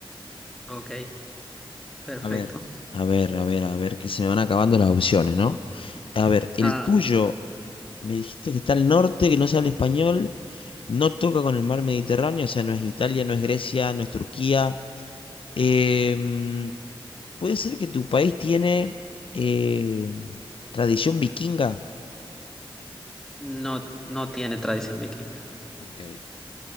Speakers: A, in the centre; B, on the left (about 70°).
A: Ok, perfecto.
B: A ver,
A: <laughs>
B: a ver, a ver, a ver, que se me van acabando las opciones, ¿no? A ver, el
A: Ah,
B: tuyo. Me dijiste que está al norte, que no se habla español. No toca con el mar Mediterráneo, o sea, no es Italia, no es Grecia, no es Turquía. Em, ¿puede ser que tu país tiene em, tradición vikinga?
A: no, no tiene tradición vikinga.
B: Ok.